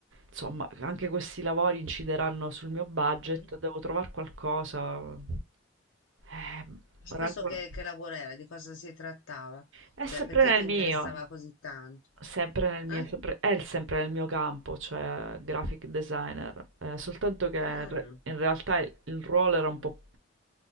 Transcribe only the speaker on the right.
insomma anche questi lavori incideranno sul mio budget,
devo trovare qualcosa. Eh,
rancor-
è
sempre
nel
mio,
sempre nel mio,
sempre- è il- sempre nel mio campo, cioè graphic designer, eh, soltanto che in
re- in realtà il il ruolo era un po'